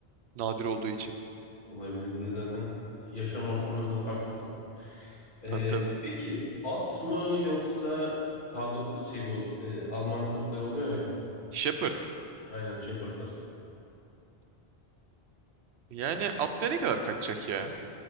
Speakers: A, on the right (about 85°); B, on the left (about 50°).
A: nadir olduğu için.
B: Olabilir. Bir de zaten yaşam ortamları da farklı sana. Ee,
A: Tabii tabii.
B: peki at mı yoksa K9 şey bu e, Alman kurtları oluyor ya.
A: Shepherd.
B: Aynen Shepherd'lar.
A: Yani at nereye kadar kaçacak ya?